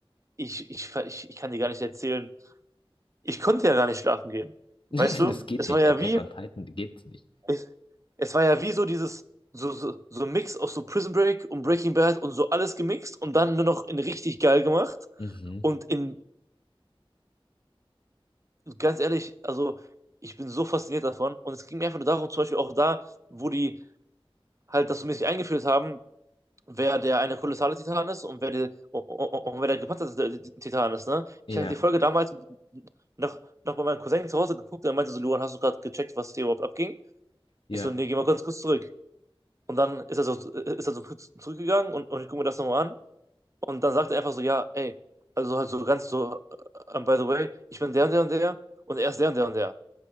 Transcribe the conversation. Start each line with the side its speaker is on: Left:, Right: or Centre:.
Right: Ich, ich, ich, ich kann dir gar nicht erzählen. Ich konnte ja gar nicht schlafen gehen. Weißt
Left: <laughs>
Right: du?
Left: Das geht
Right: Es
Left: nicht.
Right: war ja
Left: Bei Attack
Right: wie,
Left: on Titan geht's nicht.
Right: es, es war ja wie so dieses, so, so, so ein Mix aus so Prison Break und Breaking Bad und so alles gemixt und dann nur noch in richtig geil gemacht.
Left: Mhm.
Right: Und in, ganz ehrlich, also ich bin so fasziniert davon. Und es ging mir einfach nur darum, zum Beispiel auch da, wo die halt das so mäßig eingeführt haben, wer der eine kolossale Titan ist und wer, die, und, und, und wer der gepanzerte Titan ist, ne?
Left: Ja.
Right: Ich hatte die Folge damals noch, noch bei meinem Cousin zu Hause geguckt, der meinte so, Luan, hast du gerade gecheckt, was hier überhaupt abging?
Left: Ja.
Right: Ich so, nee, geh mal ganz kurz zurück. Und dann ist er so, ist er so zurückgegangen und, und ich gucke mir das nochmal an. Und dann sagt er einfach so, ja, ey, also halt so ganz so, äh, by the way, ich bin der und der und der und er ist der und der und der.